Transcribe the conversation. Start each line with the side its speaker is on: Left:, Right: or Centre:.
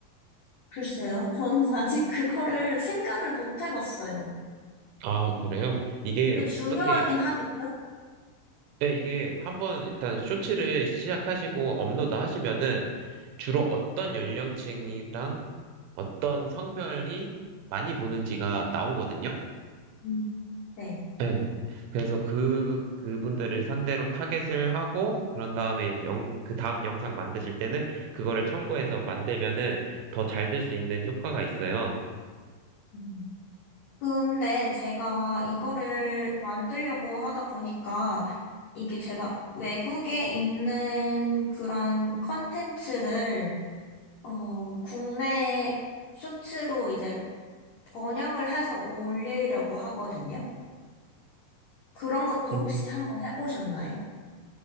Left: 글쎄요. 저는 <laughs> 아직 그거를 생각을 못 해봤어요.
Right: 아, 그래요? 이게
Left: 그게 중요하긴
Right: 어떻게,
Left: 하겠죠?
Right: 네, 이게 한번 일단 쇼츠를 시작하시고 업로드 하시면은 주로 어떤 연령층이랑 어떤 성별이 많이 보는지가 나오거든요?
Left: 음. 네.
Right: 네. 그래서 그, 그분들을 상대로 타겟을 하고, 그런 다음에 영, 그 다음 영상 만드실 때는 그거를 참고해서 만들면은 더 잘 될 수 있는 효과가 있어요.
Left: 음. 근데 제가 이거를 만들려고 하다 보니까 이게 제가 외국에 있는 그런 컨텐츠를 어, 국내 쇼츠로 이제 번역을 해서 올리려고 하거든요. 그런 것도
Right: 음,
Left: 혹시 한번 해보셨나요?